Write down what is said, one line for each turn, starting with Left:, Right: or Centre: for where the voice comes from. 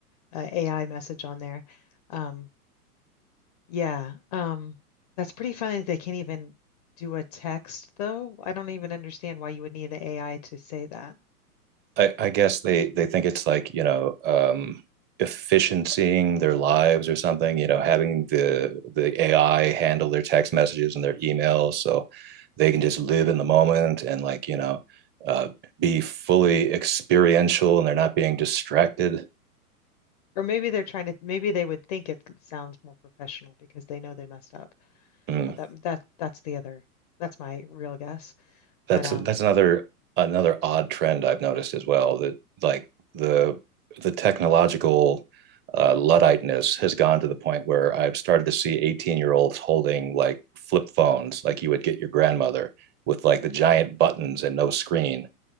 Left: uh, AI message on there. Um, yeah, um, that's pretty funny. that They can't even do a text, though. I don't even understand why you would need the AI to say that.
Right: I, I guess they they think it's like you know um, efficiencying their lives or something. You know, having the the AI handle their text messages and their emails, so they can just live in the moment and like you know uh, be fully experiential, and they're not being distracted.
Left: Or maybe they're trying to, maybe they would think it sounds more professional because they know they messed up.
Right: Mm.
Left: Uh, That that that's the other. That's my real guess.
Right: that's
Left: But um,
Right: that's another another odd trend I've noticed as well that like the the technological uh, ludditeness has gone to the point where I've started to see 18 year olds holding like flip phones like you would get your grandmother with like the giant buttons and no screen